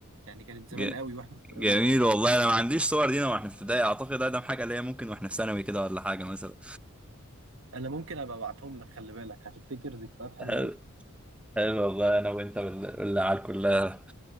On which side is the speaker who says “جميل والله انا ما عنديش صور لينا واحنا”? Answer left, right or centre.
Centre